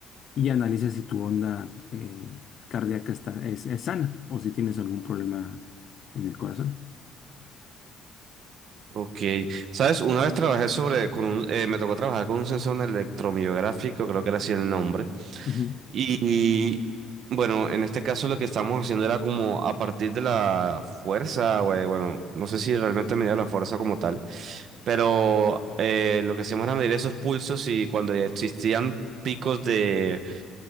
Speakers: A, on the left (about 40°); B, on the right (about 50°).
A: y analiza si tu onda eh, cardíaca está, es, es sana o si tienes algún problema en el corazón.
B: Ok, sabes, una vez trabajé sobre, con un, eh, me tocó trabajar con un sensor electromiográfico, creo que era así el nombre.
A: Ujú,
B: Y bueno, en este caso lo que estábamos haciendo era como a partir de la fuerza, güey, bueno, no sé si realmente medía la fuerza como tal, pero eh, lo que hacíamos era medir esos pulsos y cuando ya existían picos de,